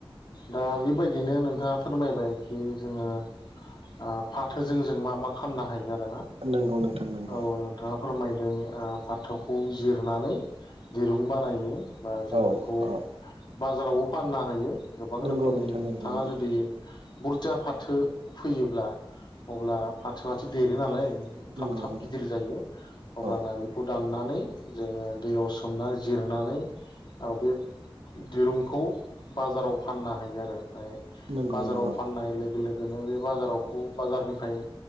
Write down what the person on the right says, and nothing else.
नंगौ नोंथां नंगौ
औ
औ
नंगौ
नोंथां
नंगौ नंगौ
औ
नंगौ
नंगौ
औ
नंगौ
नंगौ